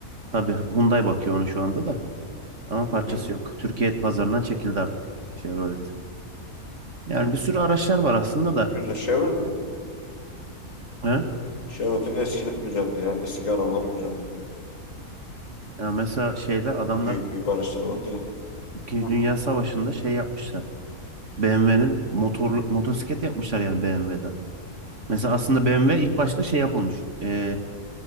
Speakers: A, on the right (about 50°); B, on the left (about 55°).
A: tabii Hyundai bakıyor onu şu anda da. Ama parçası
B: Hı hı.
A: yok. Türkiye pazarından çekildi artık Chevrolet. Yani bir sürü araçlar var aslında da.
B: E, Güzel. Chevrolet,
A: He?
B: Chevrolet'in eskileri güzeldi ya. Eski arabalar güzeldi.
A: Ya mesela şeyler adamlar
B: Büyük büyük araçları vardı ya.
A: İkinci
B: Hı.
A: Dünya Savaşı'nda şey yapmışlar. BMW'nin motorlu motosiklet yapmışlar yani BMW'den. Mesela aslında BMW ilk başta şey yapılmış. e,